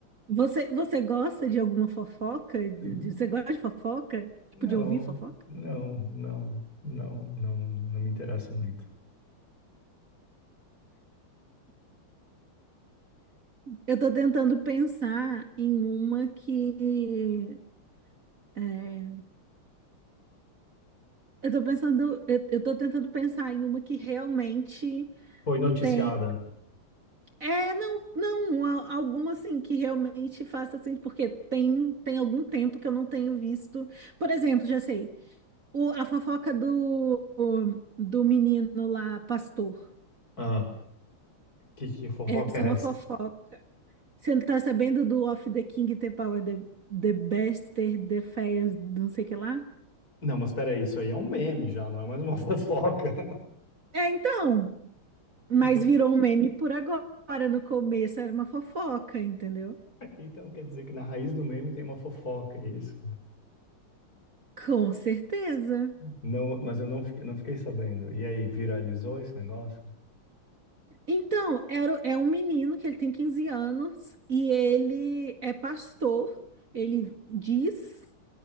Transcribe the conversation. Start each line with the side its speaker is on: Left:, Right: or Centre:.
Right: Você, você gosta de alguma fofoca? De-
Left: Não,
Right: de- Você gosta de fofoca? Tipo,
Left: não,
Right: de ouvir fofoca?
Left: não, não, não, não me interessa muito.
Right: Eu tô tentando pensar em uma que. é, eu tô pensando, eu, eu tô tentando pensar em uma que realmente
Left: Foi noticiada.
Right: tem. É, não, não, a- alguma assim que realmente faça assim, porque tem, tem algum tempo que eu não tenho visto. Por exemplo, já sei, o, a fofoca do, do menino lá, pastor.
Left: Ah, que, que fofoca
Right: Essa
Left: é
Right: é uma
Left: essa?
Right: fofoca. Você não tá sabendo do Off the King, the Power, the, the Bester, the Fair, não sei o que lá?
Left: Não, mas peraí, isso aí é um meme já, não é mais uma <laughs> fofoca.
Right: É, então. Mas
Left: Então,
Right: virou um meme por agora. No começo era uma fofoca, entendeu?
Left: então quer dizer que na raiz do meme tem uma fofoca, é isso?
Right: Com certeza.
Left: Não, mas eu não fiquei, não fiquei sabendo. E aí, viralizou esse negócio?
Right: Então, era, é um menino que ele tem 15 anos e ele é pastor. Ele diz,